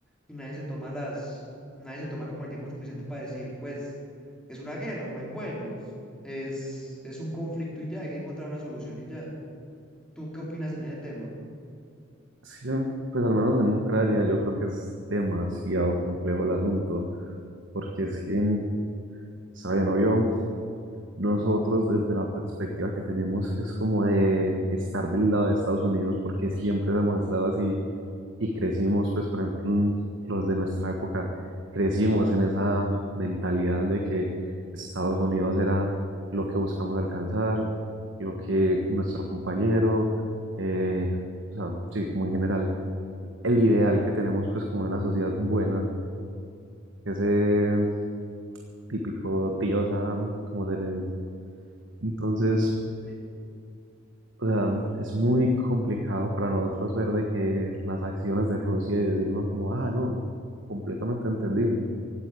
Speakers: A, in the centre; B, on the right.
A: y nadie se toma las, nadie se toma como el tiempo suficiente para decir, pues, es una guerra, no hay buenos, es, es un conflicto y ya, hay que encontrar una solución y ya. ¿Tú qué opinas en ese tema?
B: Es que, pues al menos en Ucrania yo creo que es demasiado complejo el asunto, porque es que, sabiendo yo, nosotros desde la perspectiva que tenemos, que es como de estar del lado de Estados Unidos, porque siempre hemos estado así y crecimos, pues por ejemplo, en los de nuestra época, crecimos en esa mentalidad de que Estados Unidos era lo que buscamos alcanzar, lo que nuestro compañero, eh, o sea, sí, como en general el ideal que tenemos pues como de una sociedad buena, ese típico tío Sam, como se le dice. Entonces,
A: Sí,
B: o sea, es muy complicado para nosotros ver de que las acciones de Rusia y decirnos como, ah, no, completamente entendible,